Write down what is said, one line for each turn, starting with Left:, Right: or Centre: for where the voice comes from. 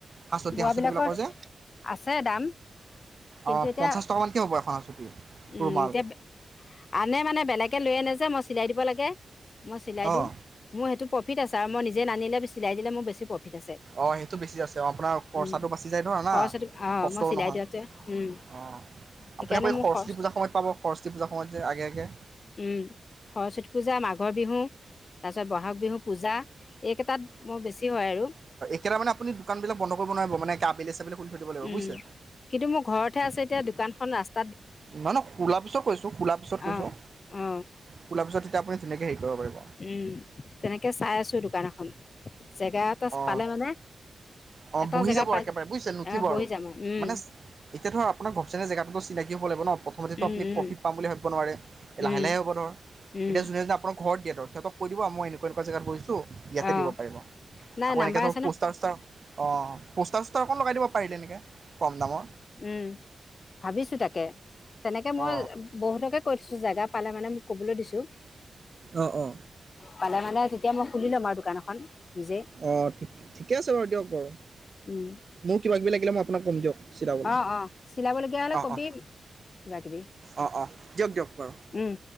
Right: হাঁচতি
Left: বোৱাবিলাকৰ
Right: হাঁচতি বিলাকৰ যে
Left: আছে দাম কিন্তু
Right: অঁ,
Left: এতিয়া
Right: পঞ্চাছ টকামানকৈ হ'ব এখন হাঁচতি
Left: উম
Right: ৰুমাল।
Left: এতিয়া আনে মানে, বেলেগে লৈ আনে যে মই চিলাই দিব লাগে, মই চিলাই দিওঁ
Right: অঁ
Left: মোৰ সেইটো প্ৰফিট আছে। তাৰ মই নিজে নানিলে চিলাই দিলে মোৰ বেছি প্ৰফিট আছে।
Right: অঁ, সেইটো বেছি আছে আপোনাৰ খৰচাটো
Left: উম
Right: বাচি যায় ধৰা না,
Left: সৰস্বতী অঁ
Right: কষ্টও
Left: মই চিলাই
Right: নহয়।
Left: দিয়াতে উম
Right: অ, আপুনি
Left: সেইকাৰণে
Right: আৌ সৰস্বতী
Left: মোৰ খৰচ
Right: পূজাৰ সময়ত পাব সৰস্বতী পূজাৰ সময়ত যে আগে আগে।
Left: উম', সৰস্বতী পূজা, মাঘৰ বিহু তাৰপিছত বহাগ বিহু পূজা। এইকেইটাত মোৰ বেছি হয় আৰু
Right: কেইটাৰানে আপুনি দোকান বন্ধ কৰিব নোৱাৰিব মানে আাবেল-চাবেল খুলি থিব লাগিব
Left: উম
Right: বুজছে?
Left: কিন্তু মোৰ ঘৰতহে আছে এতিয়া দোকানখন ৰাস্ত
Right: নহয়, খোলা পিছত কৈছোঁ খোলা পিছত কৈছোঁ,
Left: অ অ
Right: খোলাৰ পিছত তেতিয়া আপুনি তেনেকৈ হেৰি কৰিব পাৰিব।
Left: উম, তেনেকৈ চাই আছোঁ দোকান এখন জেগা এটা
Right: অঁ
Left: পালে মানে
Right: অ,
Left: এটা
Right: বহি
Left: জেগা
Right: যাব
Left: পাই
Right: একেবাৰে বুজিছে, নুঠিব
Left: অ বহি
Right: আৰু
Left: যাম উম
Right: মানে এতিয়া ধৰা আপোনাৰ ঘপচনে জগাটোটো চিনাকি হব লাগিব ন। প্ৰথমতেতো
Left: উম
Right: আপুনি
Left: উম
Right: প্ৰফিট পাম বুলি ভাবিব নোৱাৰে, লাহে
Left: উম
Right: লাহে হ'ব ধৰক
Left: উম
Right: এতিয়া যোনে ঘৰত দিয় ইহঁতক কৈ দিব মই এনেকুৱা এনেকুৱা জেগাত বহি ইয়াতে
Left: অ
Right: দিব পাৰিব,
Left: নাই
Right: আকৌ
Left: নাম্বাৰ
Right: এনেকে ধৰক
Left: আছে
Right: পষ্টাৰাৰ
Left: ন
Right: অ, পোষ্টাৰ-চোষ্টাৰ অকণ লগাই দিব পাৰিলে এনেকে কম দামত
Left: উম, ভাবিছো তাকে তেনেকে মই
Right: অ
Left: বহুতকে কৈ থছো জেগা পালে মানে মোক ক'বলৈ দিছো।
Right: অ-অ
Left: পালে মানে তেতিয়া মই খুলি লম আৰু দোকান এখন। নিজেই
Right: অ, ঠিকে আছে বাৰু দিয়ক বাৰু,
Left: উম
Right: মোৰ কিবাি কিবি লাগিলে মই আপোনাক কম দিয়ক। চিলাবলৈ
Left: অ-অ, চিলাবলগীয়া হলে
Right: অ
Left: কবি
Right: অ
Left: কিবা-কিবি,
Right: অ অ দিয়ক দিয়ক বাৰু
Left: উম